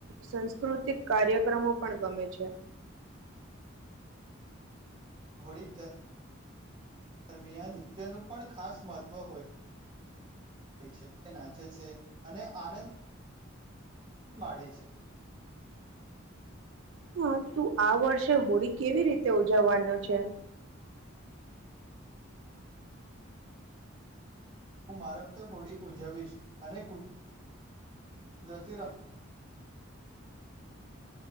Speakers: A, on the right; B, on the right.
A: સાસ્કૃતિક કાર્યક્રમો પણ ગમે છે
B: હોળી દરમિયાન નૃત્યનું પણ ખાસ મહત્વ હોય છે નાચે છે અને આનંદ એ મળે છે
A: હા તું આ વર્ષે હોળી કેવી રીતે ઉજવવાનો છે
B: હું મારફતે હોડી ઉજવીશ અને કુ કુદરતી રા